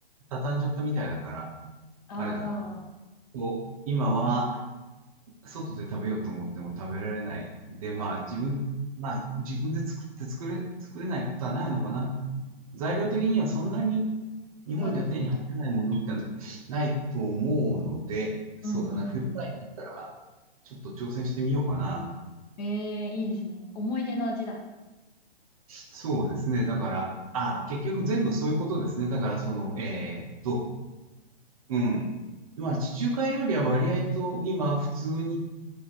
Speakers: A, on the right; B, on the left.
A: 畳んじゃったみたいだから、
B: あ
A: あれだな。こう今は外で食べようと思っても食べられない。で、まあ自分、
B: ーあー、
A: まあ自分で作って作れ、作れないことはないのかな。材料的にはそんなに日本じゃ手に入らないものって
B: そうですね。
A: ないと思うので、そうだな、
B: うんうんうん。
A: 冬場になったらちょっと挑戦してみようかな。
B: ええ、いいですね。思い出の味だ。
A: そうですね。だから、あ、結局全部そういうことですね。だからその、えーっと、うん。まあ地中海料理は割合と今普通に